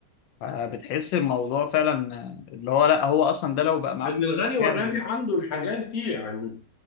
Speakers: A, on the left; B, on the left.
A: فبتحس الموضوع فعلا آه، اللي هو لا هو اصلا ده لو بقى معاه
B: لان
A: فلوس
B: الغني
A: يعني
B: والراضي عنده الحاجات دي يعني